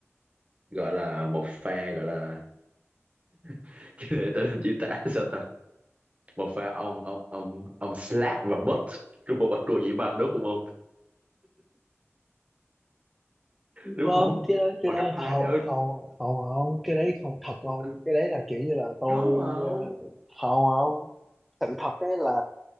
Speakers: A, on the right; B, in the centre.
A: gọi là một pha gọi là <laughs> để tên hình diễn tả <laughs> sao ta một pha ông ông ông ông slap và butt trong một bạch đùa vậy mà đúng không ông đúng
B: không
A: không
B: cái đó cái
A: họ
B: đó
A: chấp hai
B: không
A: đó
B: không không không cái đấy không thật không
A: ừ,
B: cái đấy là kiểu như là tôi
A: có mà ông
B: ờ, không không sự thật đấy là